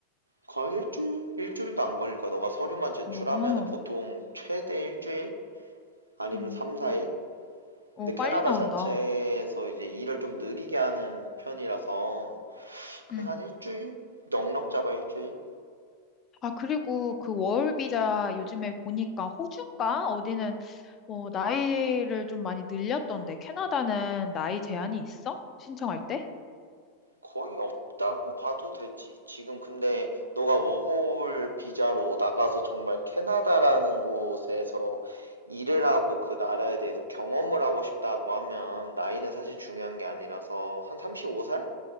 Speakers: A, on the right (about 80°); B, on the left (about 30°).
A: 거의 일주일? 일주일도 안 걸릴 거야. 너가 서류만 제출하면은
B: 오,
A: 보통 최대 일주일? 아니면
B: 음,
A: 3, 4일?
B: 어,
A: 근데
B: 빨리
A: 캐나다
B: 나온다.
A: 자체에서 이제 일을 좀 느리게 하는 편이라서 그래서
B: 음.
A: 한 일주일? 넉넉 잡아 일주일?
B: 아, 그리고 그 워홀 비자 요즘에 보니까 호주인가? 어디는, 어, 나이를 좀 많이 늘렸던데, 캐나다는 나이 제한이 있어? 신청할 때?
A: 거의 없다고 봐도 되지. 지금 근데 너가 워홀 비자로 나가서 정말 캐나다라는 곳에서 일을 하고 그 나라에 대해서 경험을 하고 싶다고 하면 나이는 사실 중요한 게 아니라서 한 35살?